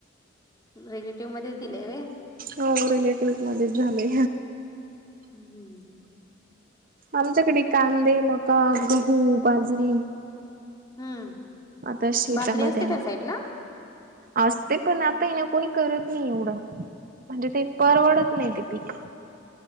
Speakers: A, on the left; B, on the right.
A: रिलेटिव्ह मध्येच दिलय व्हय?
B: हो रिलेटिव्हजच मध्येच झालय.
A: हम्म.
B: आमच्याकडे कांदे, मका, गहू, बाजरी
A: हम्म.
B: आता शेतामध्ये
A: बाजरी असते त्या साईडला?
B: असते पण आता येना कोणी करत नाही एवढं. म्हणजे ते परवडत नाही ते पीक.